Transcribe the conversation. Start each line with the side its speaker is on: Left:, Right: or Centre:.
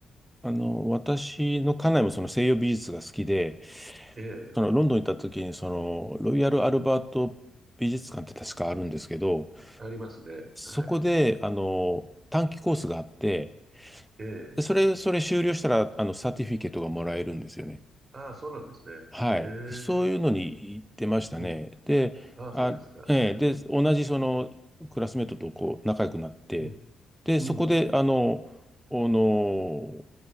Centre: あの、私の家内もその西洋美術が好きで、
Right: ええ、
Centre: そのロンドンに行った時に、その、ロイヤル・アルバート美術館って確かあるんですけど、
Right: ありますね。
Centre: そこで、
Right: はい。
Centre: あの、短期コースがあって、
Right: ええ、
Centre: で、それ、それ修了したら、あの、サーティフィケートがもらえるんですよね。
Right: ああ、そうなんですね。
Centre: はい。
Right: ええ、
Centre: そういうのに行ってましたね。
Right: うん。
Centre: で、
Right: ああ、
Centre: あ、
Right: そうですか、
Centre: ええ、
Right: そうですか。
Centre: で、同じそのクラスメートとこう仲良くなって、
Right: うん、
Centre: で、
Right: うん、
Centre: そこで、
Right: うん。
Centre: あの、あの、